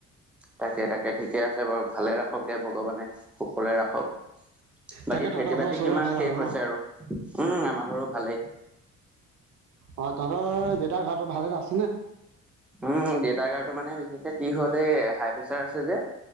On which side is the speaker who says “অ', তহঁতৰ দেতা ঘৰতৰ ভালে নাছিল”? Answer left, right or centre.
Right